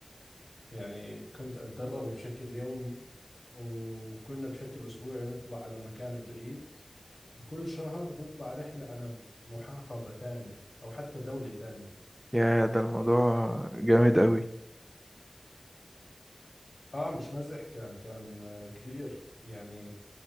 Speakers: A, on the left; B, on the right.
A: يعني كنت أتدرب بشكل يومي وكنا بشكل أسبوعي نطلع على مكان بعيد وكل شهر نطلع رحلة على محافظة ثانية أو حتى دولة ثانية
B: يا ده الموضوع جامد قوي
A: آه مش مزح كان كان آه، كبير يعني